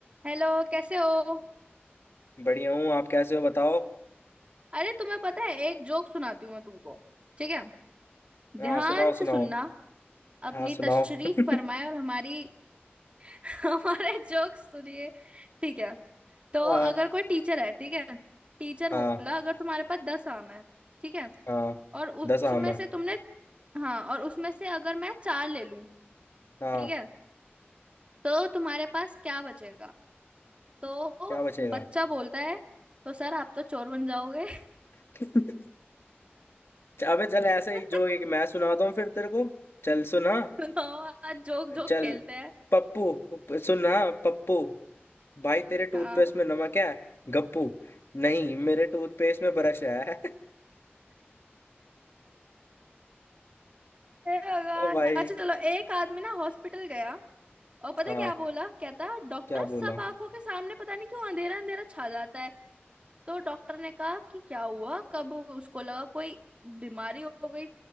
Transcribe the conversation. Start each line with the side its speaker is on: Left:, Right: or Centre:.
Right: Hello कैसे हो
Left: बढ़िया हूँ आप कैसे हो बताओ
Right: अरे तुम्हें पता है एक जोक सुनाती हूँ मैं तुमको ठीक है
Left: हाँ
Right: ध्यान
Left: सुनाओ सुनाओ
Right: से सुनना अपनी
Left: हाँ सुनाओ
Right: तशरीफ
Left: <laughs>
Right: फरमाए और हमारी <laughs> हमारे जोक सुनिए ठीक है तो
Left: हाँ
Right: अगर कोई टीचर है ठीक है टीचर
Left: हाँ
Right: बोला अगर तुम्हारे पास दस आम है ठीक है
Left: हाँ
Right: और उ-
Left: दस
Right: उसमें
Left: आम है
Right: से तुमने हाँ और उसमें से अगर मैं चार ले लूं
Left: हाँ
Right: ठीक है तो तुम्हारे पास क्या बचेगा तो
Left: क्या बचेगा
Right: बच्चा बोलता है तो सर आप तो चोर बन जाओगे
Left: <laughs> अबे चल ऐसे
Right: <laughs>
Left: ही जो एक मैं सुनाता हूँ फिर तेरे को चल सुना
Right: <laughs> सुनाओ आज जोक जोक
Left: चल
Right: खेलते हैं
Left: पप्पू सुना पप्पू भाई तेरे
Right: हाँ
Left: टूथपेस्ट में नमक है गप्पू नहीं मेरे टूथपेस्ट में ब्रश है
Right: हे भगवान
Left: <laughs> ओ भाई
Right: अच्छा चलो एक आदमी ना हॉस्पिटल गया और पता
Left: हाँ
Right: है क्या बोला कहता डॉक्टर
Left: क्या बोला
Right: सब आंखों के सामने पता नहीं क्यों अंधेरा अंधेरा छा जाता है तो डॉक्टर ने कहा कि क्या हुआ कब उसको लगा कोई बीमारी हो गई